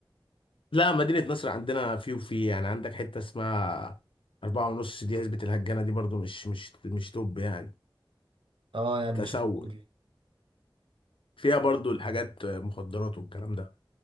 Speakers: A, on the left (about 80°); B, on the right (about 75°).
A: لا مدينة نصر عندنا في وفي يعني عندك حتة اسمها أربعة ونص دي عزبة الهجانة دي برضو مش مش مش توب يعني
B: اه يعني
A: تسول
B: مش اللي بالي فيه
A: فيها برضو الحاجات مخدرات والكلام ده